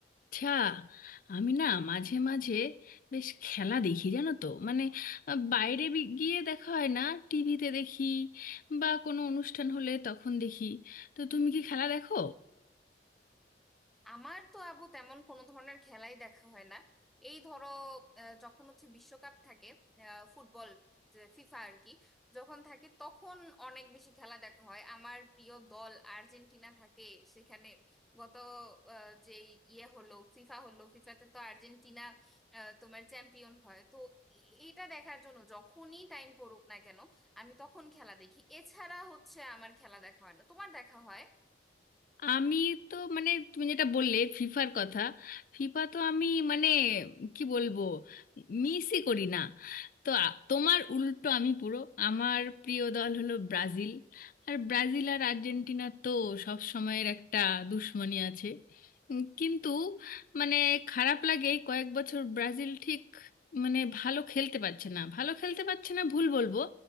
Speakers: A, on the left; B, in the centre.
A: আচ্ছা আমি না মাঝে মাঝে বেশ খেলা দেখি জানো তো মানে আহ, বাইরে বি- গিয়ে দেখা হয় না টিভিতে দেখি বা কোনো অনুষ্ঠান হলে তখন দেখি তো তুমি কি খেলা দেখো
B: আমার তো আবু তেমন কোনো ধরনের খেলাই দেখা হয় না এই ধরো আহ, যখন হচ্ছে বিশ্বকাপ থাকে আহ, ফুটবল যে ফিফা আর কি যখন থাকে তখন অনেক বেশি খেলা দেখা হয় আমার প্রিয় দল আর্জেন্টিনা থাকে সেখানে গত আহ, যে ইয়ে হলো ফিফা হলো ফিফাতে তো আর্জেন্টিনা আহ, তোমার চ্যাম্পিয়ন হয় তো এ- এটা দেখার জন্য যখনই টাইম পড়ুক না কেন আমি তখন খেলা দেখি এছাড়া হচ্ছে আমার খেলা দেখা হয় না তোমার দেখা হয়
A: আমি তো মানে তুমি যেটা বললে ফিফার কথা ফিফা তো আমি মানে কি বলবো মিসই করি না তো আ- তোমার উল্টো আমি পুরো আমার প্রিয় দল হলো ব্রাজিল আর ব্রাজিল আর আর্জেন্টিনা তো সব সময়ের একটা দুশ্মনী আছে উম, কিন্তু মানে খারাপ লাগে কয়েক বছর ব্রাজিল ঠিক মানে ভালো খেলতে পারছে না ভালো খেলতে পারছে না ভুল বলবো